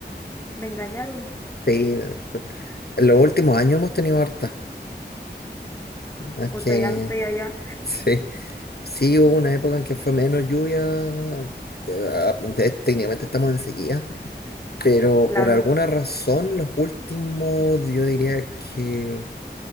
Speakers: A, on the left; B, on the left.
A: Me engañaron,
B: Sí, en los últimos años hemos tenido harta. Es
A: justo
B: que
A: ya no estoy allá,
B: <laughs> sí, sí hubo una época en que fue menos lluvia. eh, ah, de- Técnicamente estamos en sequía Pero
A: claro.
B: por alguna razón, los últimos, yo diría que,